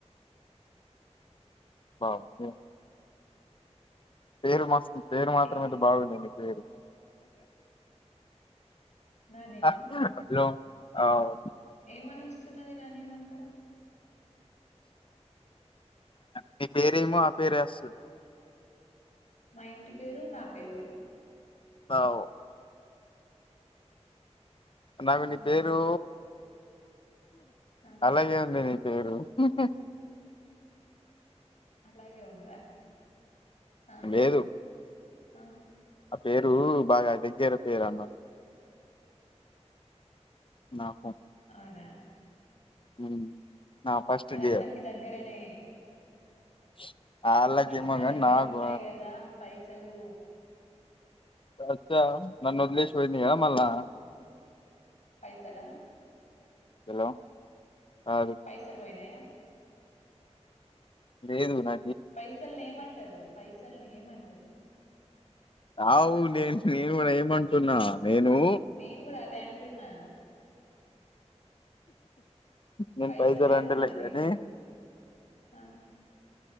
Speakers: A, on the left; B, on the left.
A: మ ము పేరు మార్చుకుని పేరు మాత్రమైతే
B: ఏం
A: బాగుండే నీ పేరు
B: నా నేమా
A: హలో అవ్
B: ఏమని వస్తున్నది నా నేమ్ అక్కడ
A: మీ పేరేమో ఆ పేరే వస్తది
B: మా ఇంటి పేరు నా పేరు
A: అవు నాకు
B: అవునా
A: నీ పేరు
B: ఆ,
A: అలాగే ఉంది నీ పేరు ఉహు
B: అలాగే ఉందా ఆ
A: లేదు
B: ఆ
A: ఆ పేరు బాగా దగ్గర పేరు అన్నట్టు న
B: అవునా
A: ఉమ్ నా ఫస్ట్
B: అది
A: డియర్
B: అందరికి దగ్గరనే
A: <inaudible> వాళ్ళకేమో
B: ఎందుకంటే మన
A: కాని
B: దగ్గర్ను
A: నాకు
B: ఉంటాయి కదా పైసలు
A: కాద్ ఛా
B: నేనా
A: నన్ను వదిలేసి పోయింది గా
B: ఆ,
A: మళ్ళా
B: పైసలా
A: హలో కాదు
B: పైసలు పోయినాయా
A: లేదు నా
B: పైసల్ని ఏమంటారు పైసల్ని ఏమంటారు
A: ఆవు నేను నేను కూడా ఏమంటున్నా నేను
B: నేను కూడా అదే అంటున్నా
A: నేను
B: పైసలే
A: పైసలు
B: అంటున్నా
A: అంటలే కానీ
B: నేను కూడా ఆ